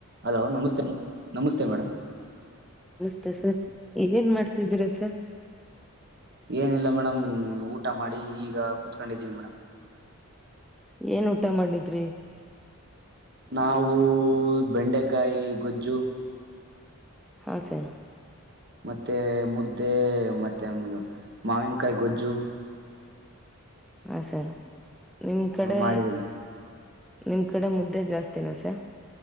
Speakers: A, on the right; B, in the centre.
A: Hello ನಮಸ್ತೆ madam ನಮಸ್ತೆ madam.
B: ಮತ್ತೆ ಸರ್ ಈಗೇನ್ ಮಾಡ್ತಿದ್ದೀರಾ ಸರ್.
A: ಏನಿಲ್ಲ ಮೇಡಮ್ ಊಟ ಮಾಡಿ ಈಗ ಕುತ್ಕೊಂಡಿದ್ದೀವಿ ಮೇಡಮ್.
B: ಏನ್ ಊಟ ಮಾಡಿದ್ರಿ.
A: ನಾವೂ ಬೆಂಡೆಕಾಯಿ ಗೊಜ್ಜು.
B: ಹಾ ಸರ್.
A: ಮತ್ತೆ ಮುದ್ದೆ ಮತ್ತೆ ಮಾವಿನಕಾಯಿ ಗೊಜ್ಜು.
B: ಹಾ ಸರ್. ನಿಮ್ ಕಡೆ.
A: ಮಾಡಿದೀವಿ ಮೇಡಮ್
B: ನಿಮ್ ಕಡೆ ಮುದ್ದೆ ಜಾಸ್ತಿನ ಸರ್.